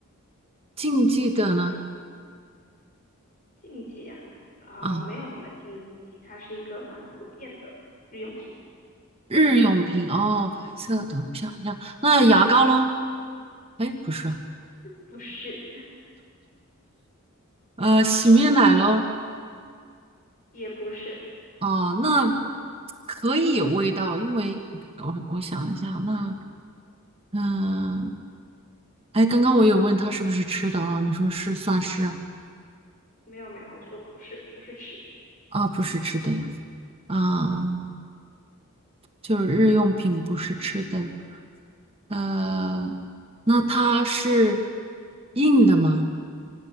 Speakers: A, on the right (about 25°); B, on the left (about 40°).
A: 禁忌的呢？
B: 禁忌啊啊、
A: 啊，
B: 没有什么禁忌，它是一个蛮普遍的日用品，
A: 日用品哦，白色的，我想一下，那牙膏喽？哎，不是啊
B: 不是
A: 呃，洗面奶喽？
B: 也不是，
A: 哦，那可以有味道，因为我我想一下，那嗯，哎，刚刚我有问他是不是吃的啊？你说是算是
B: 没有没有，我说不是不是吃的，
A: 啊，不是吃的呀，啊，就是日用品不是吃的，呃，那它是硬的吗？